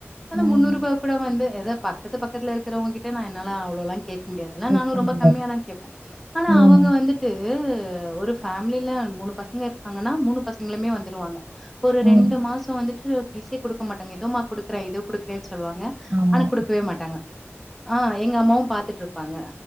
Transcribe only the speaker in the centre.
அந்த
முன்னூறு ரூபா கூட வந்து ஏதோ பக்கத்து பக்கத்துல இருக்குறவங்க நா அவ்ளோல்லா கேக் முடியாதுல்ல
நானு ரொம்ப
கம்மியாதா கேட்பே ஆனா
அவுங்க வந்துட்டு ஒரு ஃபேமில மூணு பசங்க இருக்காங்கன்னா மூணு பசங்களுமே வந்துருவாங்க ஒரு ரெண்டு
மாசோ வந்துட்டு ஃபீஸே குடுக்க மாட்டாங்க இதோம்மா குடுக்குறே இதோ குடுக்குறேன்னு சொல்வாங்க
ஆனா குடுக்கவே மாட்டாங்க ஆ எங்க அம்மாவு பாத்துட்டு இருப்பாங்க